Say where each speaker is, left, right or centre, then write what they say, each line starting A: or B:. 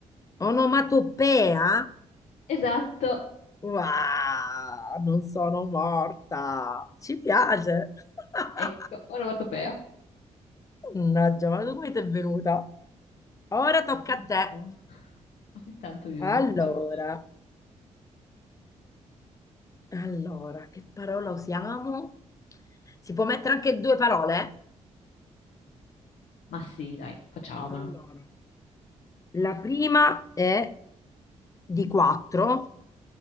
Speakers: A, on the left; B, on the left.
A: Onomatopea?
B: Esatto,
A: Wow, non sono morta. Ci piace. <laughs>
B: ecco, onomatopea.
A: Mannaggia, ma come ti è venuta? Ora
B: Sai
A: tocca
B: che non
A: a te.
B: so? Ogni tanto mi vengono
A: Allora,
B: queste parole.
A: allora, che parola usiamo? Si può mettere anche due parole?
B: Ma sì, dai, facciamolo.
A: Allora, la prima è di quattro.